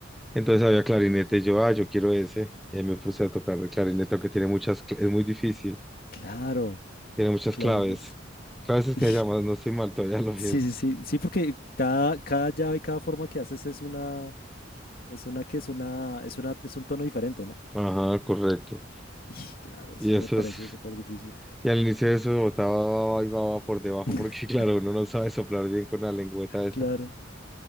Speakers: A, in the centre; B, on the left.
A: Entonces había clarinete, y yo, ah, yo quiero ese, y ahí me puse a tocar el clarinete, aunque tiene muchas, cl- es muy difícil
B: Claro,
A: Tiene muchas
B: claro,
A: claves.
B: eso es.
A: Claves
B: <laughs>
A: es
B: Y-
A: que se llama, no estoy mal, todavía lo vi.
B: Sí, sí, sí, sí, porque cada, cada llave, cada forma que haces es una, es una que es una, es una, es un tono diferente, ¿no?
A: Ajá, correcto.
B: <laughs> Y claro, eso
A: Y eso
B: me parece
A: es,
B: súper difícil.
A: y al inicio de eso botaba y baba por debajo,
B: <laughs>
A: <laughs> porque claro, uno no sabe soplar bien con la lengüeta esa.
B: Claro.